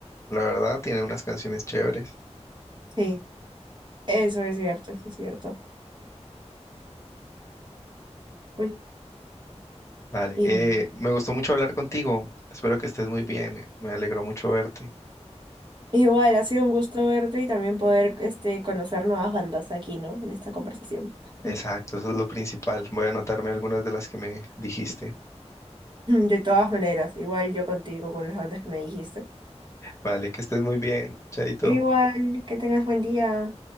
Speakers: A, on the left; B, on the right.
A: la verdad tiene unas canciones chéveres.
B: Sí, eso es cierto, eso es cierto. Uy,
A: Vale,
B: y
A: eh,
B: bueno.
A: me gustó mucho hablar contigo, espero que estés muy bien, me alegró mucho verte.
B: Igual, ha sido un gusto verte y también poder este, conocer nuevas bandas aquí, ¿no? En esta conversación.
A: Exacto,
B: <laughs>
A: eso es lo principal, voy a anotarme algunas de las que me dijiste.
B: De todas maneras, igual yo contigo, con las bandas que me dijiste.
A: Vale, que estés muy bien, chaito.
B: Igual, que tengas buen día.